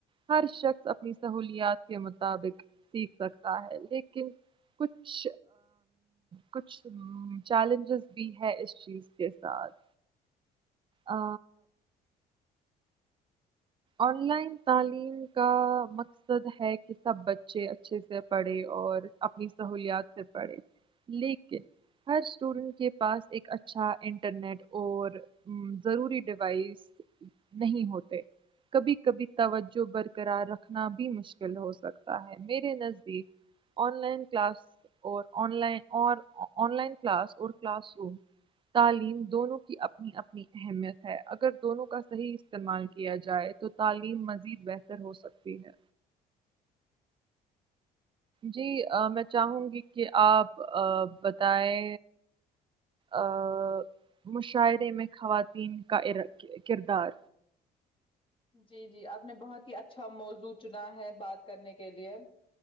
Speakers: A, on the right (about 30°); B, on the left (about 30°).
A: ہر شخص اپنی سہولیات کے مطابق سیکھ سکتا ہے لیکن کچھ کچھ چیلنجز بھی ہے اس چیز کے ساتھ آ آن لائن تعلیم کا مقصد ہے کی سب بچے اچھے سے پڑھے اور اپنی سہولیات سے پڑھے لیکن ہر اسٹوڈینٹ کے پاس ایک اچھا انٹرنیٹ اور ضروری ڈیوائس نہیں ہوتے کبھی کبھی توجو برقرار رکھنا بھی مشکل ہو سکتا ہے میرے نزدیک آن لائن کلاس اور آن لائ اور آن لائن کلاس اور کلاس روم تعلیم دونوں کی اپنی اپنی اہمیت ہے اگر دونوں کا صحیح استعمال کیا جائے تو تعلیم مزید بہتر ہو سکتی ہے جی آ میں چاہوں گی کہ آپ آ بتائے آ مشاعرے میں خواتین کا ایرا کردار
B: جی جی آپ نے بہت ہی اچھا موضوع چنا ہے بات کرنے کے لیے